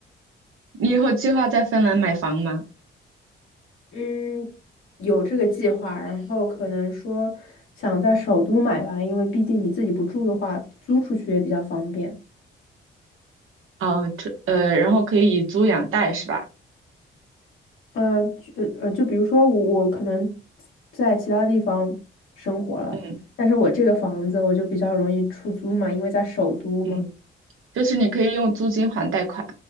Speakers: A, on the right; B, on the left.
A: 你以后计划在芬兰买房吗？
B: 嗯，有这个计划，然后可能说想在首都买吧，因为毕竟你自己不住的话，租出去也比较方便。
A: 哦，这呃，然后可以以租养贷是吧？
B: 呃，就呃，就比如说我我可能在其他地方生活了，
A: 嗯
B: 但是我这个房子我就比较容易出租嘛，因为在首都嘛。
A: 嗯。就是你可以用租金还贷款。